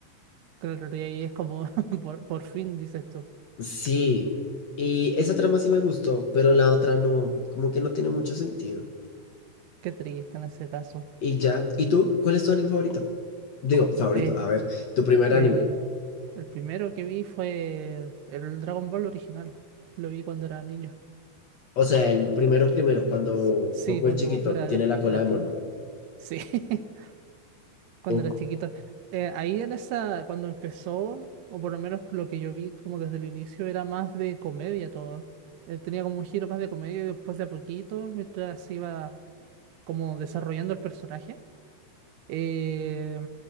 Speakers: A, on the right; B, on the left.
A: Claro, y ahí es como, <laughs> por, por fin dices tú.
B: Sí, y esa trama sí me gustó, pero la otra no, como que no tiene mucho sentido.
A: Qué triste en ese caso.
B: Y ya, ¿y tú? ¿Cuál es tu anime favorito? Digo, favorito,
A: Eh,
B: a ver, tu primer
A: el,
B: anime.
A: el primero que vi fue el Dragon Ball original. Lo vi cuando era niño.
B: O sea, el primero primero, cuando
A: S- Sí,
B: Goku
A: cuando
B: es chiquito,
A: Goku era,
B: tiene la cola
A: era
B: de
A: chico.
B: mono.
A: Sí, <laughs> cuando
B: Ok.
A: era chiquito. Eh, ahí en esa, cuando empezó, o por lo menos lo que yo vi como desde el inicio, era más de comedia todo. Eh, tenía como un giro más de comedia y después de a poquito, mientras se iba como desarrollando el personaje. Eh,